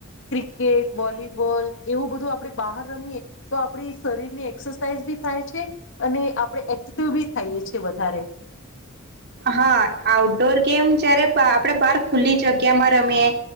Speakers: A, on the left (about 60°); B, on the right (about 50°).
A: ક્રિકેટ વોલીબોલ એવું બધું જો આપણે બહાર રમીએ તો આપણી શરીરની એક્સરસાઇઝ બી થાય છે અને આપણે એક્ટિવ બી થઈએ છીએ વધારે.
B: હા આઉટડોર ગેમ જયારે આપડે બાર ખુલ્લી જગ્યામાં રમીએ